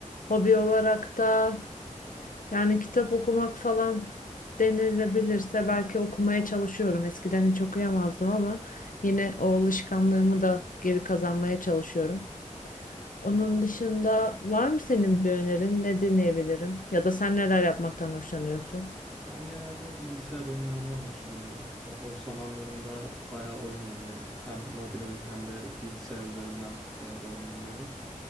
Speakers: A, on the left (about 85°); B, in the centre.
A: Hobi olarak da yani kitap okumak falan denilebilirse belki okumaya çalışıyorum. Eskiden hiç okuyamazdım ama yine o alışkanlığımı da geri kazanmaya çalışıyorum. Onun dışında var mı senin bir önerin? Ne dinleyebilirim? Ya da sen neler yapmaktan hoşlanıyorsun?
B: Ben genelde bilgisayar oyunlarından hoşlanıyorum. E, Boş zamanlarımda bayağı oyun oynuyorum. Hem mobil oyun hem de bilgisayar üzerinden e, oyun oynuyorum.